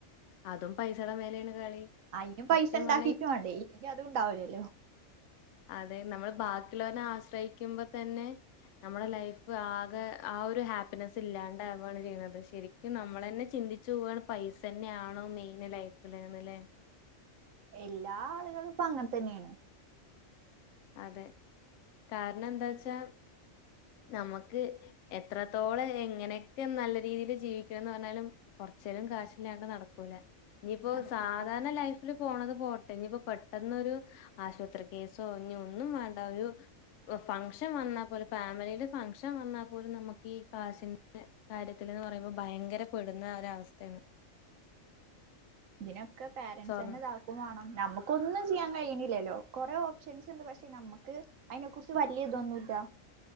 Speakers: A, on the left (about 70°); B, on the right (about 75°).
A: അതും പൈസടെ മേലെയാണ് കളി
B: അയ്നും പൈസ
A: സത്യം
B: ഉണ്ടാക്കിയിട്ട്
A: പറഞ്ഞാ ഈ
B: വാണ്ടേ എനിക്ക് അതും ഉണ്ടാവ്ലല്ലോ
A: അതെ നമ്മൾ ബാക്കിയുള്ളോരെ ആശ്രയിക്കുമ്പോ തന്നെ നമ്മളെ ലൈഫ് ആകെ ആ ഒരു ഹാപ്പിനെസ്സ് ഇല്ലാണ്ടആവാണ് ചെയ്യുന്നത് ശരി ക്ക് നമ്മളെന്നെ ചിന്തിച്ചു പോവാണ് പൈസന്നെ ആണോ മെയിൻ ലൈഫില്ന്ന് ല്ലേ
B: എല്ലാ ആളുകളും ഇപ്പ അങ്ങൻ തന്നെയാണ്
A: അതെ കാരണം എന്താ വച്ചാ നമക്ക് എത്രത്തോളം എങ്ങനെയൊക്കെ നല്ല രീതിൽ ജീവിക്കണംന്ന് പറഞ്ഞാലും കുറച്ചേരം കാശില്ലാണ്ട് നടക്കൂല ഇനിയിപ്പോ
B: നടക്കൂല
A: സാധാരണ ലൈഫ് പോണത് പോട്ടെ ഇനിപ്പോ പെട്ടെന്നൊരു ആശുപത്രി കേസോ ഇനി ഒന്നും വേണ്ട ഒരു ഫംഗ്ഷൻ വന്നാൽ പോലെ ഫാമിലിയില് ഫംഗ്ഷൻ വന്നാൽ പോലും നമുക്ക് ഈ കാശിന്റെ കാര്യത്തിന്ന് പറയുമ്പോൾ ഭയങ്കരപ്പെടുന്ന ഒരവസ്ഥയാണ്
B: ഇതിനൊക്കെ പേരൻറ്സ്ന്നെ
A: സ്വർണ്ണ
B: വേണം നമുക്കൊന്നും ചെയ്യാൻ കഴിയണില്ലല്ലോ കൊറെ ഓപ്ഷൻസ് ഉണ്ട് പക്ഷെ നമുക്ക് അതിനെ കുറിച്ച് വലിയതൊന്നും ഇല്ല